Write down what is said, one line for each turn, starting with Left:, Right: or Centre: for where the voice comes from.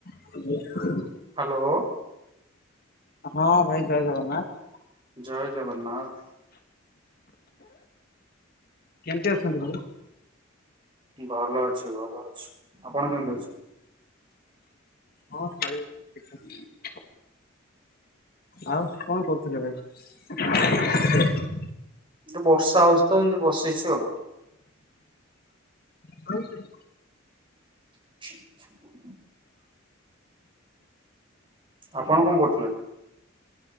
Left: <inaudible>
Right: Hello.
Left: ହଁ ଭାଇ ଜୟେ ଜଗନ୍ନାଥ।
Right: ଜୟେ ଜଗନ୍ନାଥ।
Left: କେମିତି ଅଛନ୍ତି? ଭାଇ?
Right: ଭଲ ଅଛି ଭଲ ଅଛି। ଆପଣ କେମିତି ଅଛି?
Left: ହଁ ଫଳିବ ଦେଖିଆ। ଆଉ କଣ କରୁଥିଲେ ଭାଇ?
Right: ବର୍ଷା ହୋଉଚି ତ ଏମିତି ବସିଚି ଆଉ।
Left: ଶଏତିରିଶି।
Right: <inaudible> ଆପଣ କଣ କରୁଥୁଲେ?